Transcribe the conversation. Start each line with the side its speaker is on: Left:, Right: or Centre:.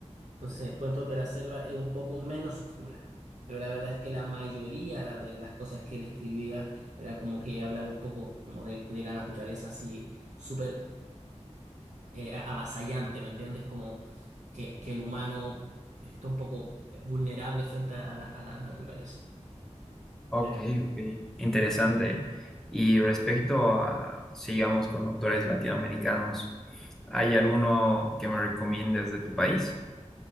Right: Entonces, Cuentos de la Selva es un poco menos oscura, pero la verdad es que la mayoría de las cosas que él escribía era como que hablaba un poco como de, de la naturaleza así súper eh, a- avasallante, ¿me entiendes? Como que, que el humano está un poco eh, vulnerable frente a la, a la naturaleza.
Centre: Ok,
Right: Eh,
Centre: ok, interesante. Y respecto a, sigamos con autores latinoamericanos, ¿hay alguno que me recomiendes de tu país?